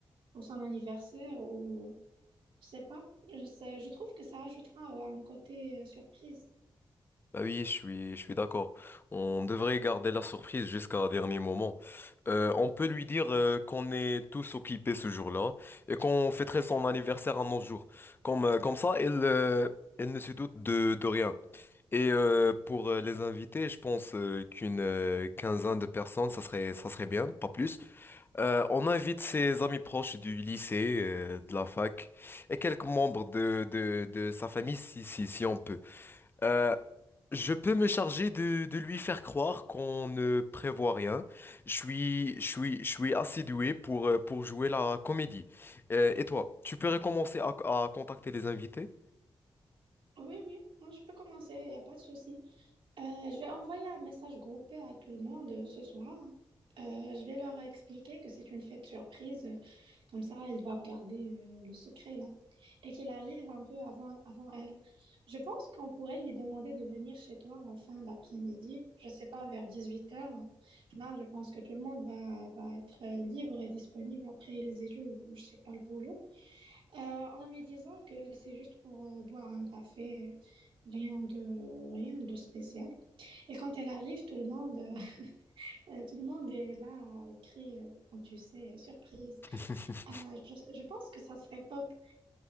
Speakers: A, on the right; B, on the left.
A: pour son anniversaire ou je sais pas. Je sais, je trouve que ça ajoutera euh, un côté euh, surprise.
B: Bah oui, je suis, je suis d'accord. On devrait garder la surprise jusqu'à un dernier moment. Euh, on peut lui dire euh, qu'on est tous occupés ce jour-là et qu'on fêterait son anniversaire un autre jour. Comme, euh, comme ça, elle, euh, elle ne se doute de, de rien. Et euh, pour euh, les invités, je pense euh, qu'une euh, quinzaine de personnes, ça serait, ça serait bien, pas plus. Euh, on invite ses amis proches du lycée, euh, de la fac et quelques membres de, de, de sa famille si, si, si on peut. Euh, je peux me charger de, de lui faire croire qu'on ne prévoit rien. Je suis, je suis, je suis assez doué pour, euh, pour jouer la comédie. Euh, et toi, tu peux recommencer à, à contacter les invités?
A: Oui, oui, moi je peux commencer, il n'y a pas de souci. Euh, je vais envoyer un message groupé à tout le monde euh, ce soir. Euh, je vais leur expliquer que c'est une fête surprise, euh, comme ça ils doivent garder euh, le secret là. et qu'il arrive un peu avant, avant elle. Je pense qu'on pourrait lui demander de venir chez toi en fin d'après-midi, je sais pas, vers dix-huit heures. Là, je pense que tout le monde va, va être euh, libre et disponible après les études ou je sais pas le boulot. Euh, en lui disant que c'est juste pour euh, boire un café, rien de, rien de spécial. Et quand elle arrive, tout le monde, <laughs> euh, tout le monde est là, écrit, euh, comme tu sais, surprise.
B: <laughs>
A: Euh, je, je pense que ça serait top.